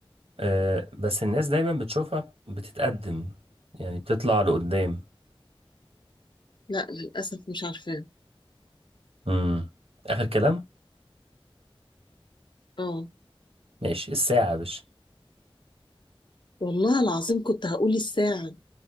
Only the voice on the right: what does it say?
آه بس الناس دايما بتشوفها بتتقدم يعني بتطلع لقدام
امم آخر كلام
ماشي الساعة يا باشا